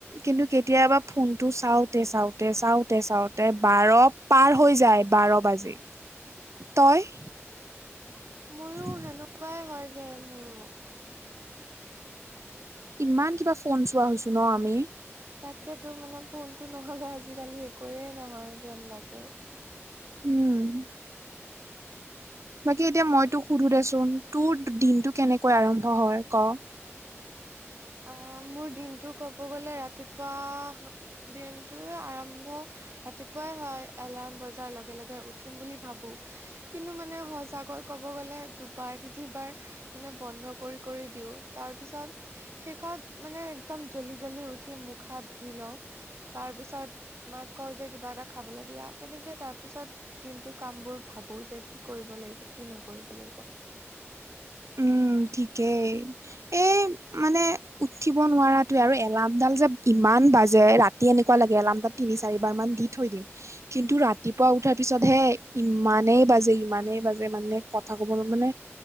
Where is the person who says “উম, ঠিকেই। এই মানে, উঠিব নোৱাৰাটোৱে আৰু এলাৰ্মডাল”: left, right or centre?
Right